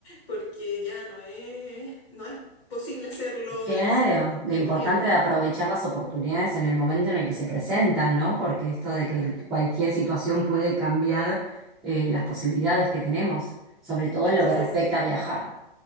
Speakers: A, on the left; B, in the centre.
A: porque ya no es, no es posible hacerlo
B: Claro,
A: y quizás hasta cuánto
B: lo importante
A: tiempo.
B: de aprovechar las oportunidades en el momento en el
A: Claro,
B: que se presentan, ¿no? Porque esto de
A: claro.
B: que cualquier situación puede cambiar eh, las posibilidades
A: sí.
B: que tenemos, sobre todo
A: Entonces,
B: en lo que respecta
A: sí,
B: a viajar.